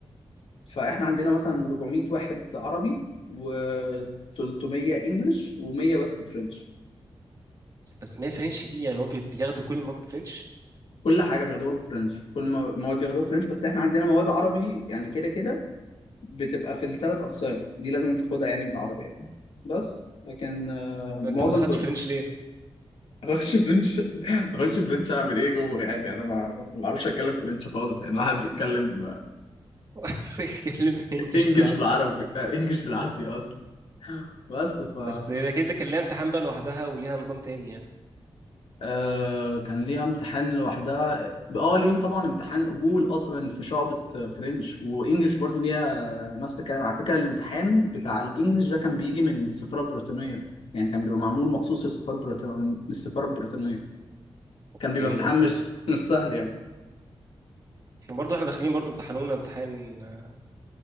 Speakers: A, on the left; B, on the right.
A: فاحنا عندنا مثلا 400 واحد عربي و300 انجلش و100 بس فرنش
B: بس بس ما هي فرنش دي يعني هو بي- بياخدوا كل المواد فرنش
A: كل حاجه بياخدوها فرنش كل ما مواد بياخدوها فرنش بس احنا عندنا مواد عربي يعني كده كده بتبقى في الثلاث اقسام دي لازم تاخدها يعني بالعربي يعني بس لكن آه،
B: طب
A: معظم
B: انت ما دخلتش
A: دول
B: فرنش ليه؟
A: اخش فرنش اخش فرنش اعمل ايه جوه يعني انا ما ما بعرفش اتكلم فرنش خالص يعني الواحد بيتكلم
B: <laughs> اتكلم انجلش
A: بانجلش
B: بالعافيه
A: بالعربي آه، انجلش بالعافيه اصلا بس ف
B: بس ده كده كان لها امتحان بقى لوحدها وليها نظام تاني يعني
A: آه كان ليها امتحان لوحدها اه ليهم طبعا امتحان قبول اصلا في شعبة فرنش وانجلش برضو ليها نفس الكلام على فكرة الامتحان بتاع الانجليش ده كان بيجي من السفارة البريطانية يعني كان بيبقى معمول مخصوص للسفارة البريطانية للسفارة البريطانية
B: اوكي
A: كان بيبقى امتحان
B: تمام
A: مش مش سهل يعني
B: برضه احنا داخلين برضه امتحانونا امتحان آه،